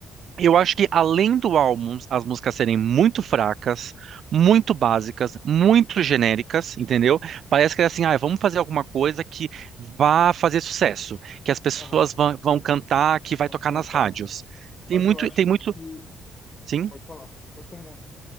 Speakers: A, on the right; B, on the left.
A: Eu acho que além do álbum, as músicas serem muito fracas, muito básicas, muito genéricas, entendeu? Parece que é assim, ah, vamos fazer alguma coisa que vá fazer sucesso, que as pessoas
B: Aham,
A: vão, vão cantar, que vai
B: vamos
A: tocar
B: cantar.
A: nas rádios.
B: Mas
A: Tem muito,
B: eu acho
A: tem muito,
B: que.
A: sim.
B: Pode falar, pode terminar.